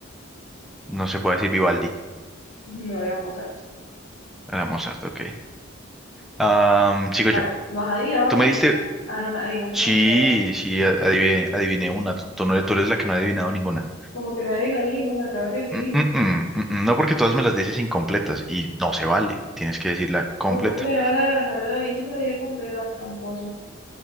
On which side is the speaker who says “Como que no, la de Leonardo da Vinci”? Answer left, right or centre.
Left